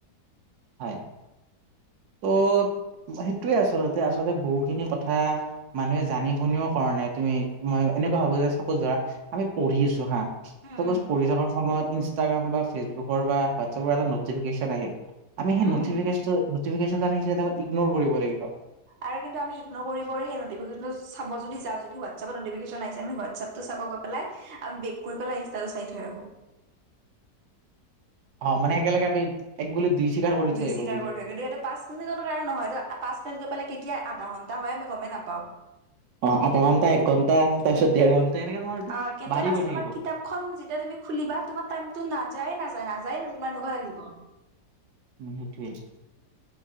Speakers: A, on the right; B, on the right.
A: হয় ত, ' সেইটোৱে আচলতে- আচলতে বহুখিনি কথা', মানুহে জানি শুনিও কৰা নাই তুমি মই এনেকুৱা যে চাপজ ধৰা আমি পঢ়ি আছোঁ হা',
B: উম
A: চাপজ
B: উম
A: পঢ়ি থকাৰ সময়ত ইনষ্টাগ্ৰাম বা ফেচবুকৰ বা হোৱাটছপৰ এটা নটিফিকেশন আহিল', আমি সেই
B: উম
A: নথিফিকেচটো নটিফিকেশন টো আমি যেনিবা ইগনোৰ কৰিব লাগিব',
B: আৰু কিন্তু আমি ইগ্নৰ কৰি, ওপৰ সেই নটিফিকেচন চাব যাওঁ যদি হোৱাটছাপতো নটিফিকেশন আছে আমি হোৱাটছাপতো চাব গৈ পেলাই। আমি বেক কৰি পেলাই ইনষ্টাটো চাই থৈ আহোঁ',
A: অ', মানে একেলগে আমি একগুলিত দুই শিকাৰ কৰি
B: দুই
A: থৈ আহিবৰ
B: স্বীকাৰ
A: সুযোগ',
B: কৰি থয় কিন্তু এইটো পা পাঁচ মিনিটৰকাৰণে নহয়ত পাঁচ মিনিট গৈপেলাই কেতিয়া আধা ঘণ্টা হয় আমি গমেই নাপাওঁ।
A: অ আধা ঘণ্টা এক ঘণ্টা তাৰপিছত দেৰ ঘণ্টা এনেকে তোমাৰ এইটো
B: অ' কিন্তু
A: বাঢ়ি
B: লাষ্টত
A: গৈ
B: তোমাৰ
A: থাকিব।
B: কিতাপখন যেতিয়া তুমি খুলিবা তোমাৰ টাইমত নযায় নাযায় নাযায় তোমাৰ এনেকুৱা লাগিব।
A: উম সেইটোৱেই,